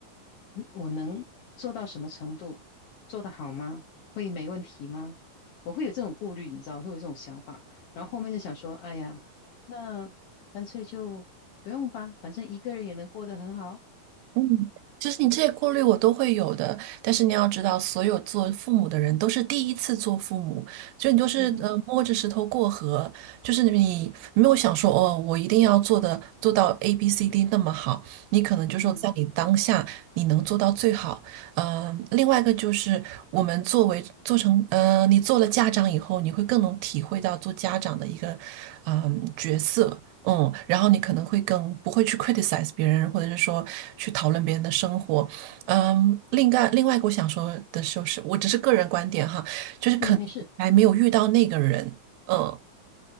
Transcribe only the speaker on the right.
嗯，其实你这些顾虑我都会有的，但是你要知道，所有做父母的人都是第一次做父母，所以你就是呃摸着石头过河，
就是你你没有想说哦，我一定要做的做到 A B C D 那么好，你可能就说在你当下你能做到最好。
嗯、另外一个就是我们作为做成呃你做了家长以后，你会更能体会到做家长的一个嗯、角色，嗯，然后你可能会更不会去 criticize 别人，或者是说去讨论别人的生活。嗯，另外另外，我想说的就是，我只是个人观点哈，就是可能还没有遇到那个人，
嗯，